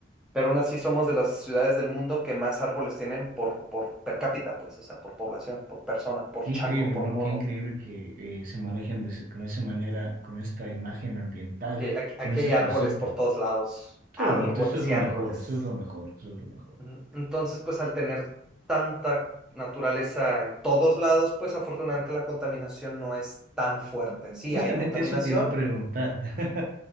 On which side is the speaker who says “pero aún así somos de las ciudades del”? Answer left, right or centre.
Centre